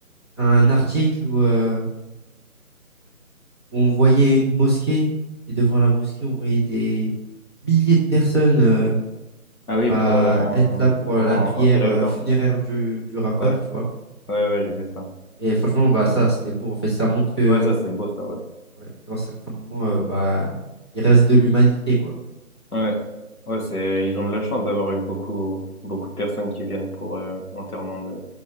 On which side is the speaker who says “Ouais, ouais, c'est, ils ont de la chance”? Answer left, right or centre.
Left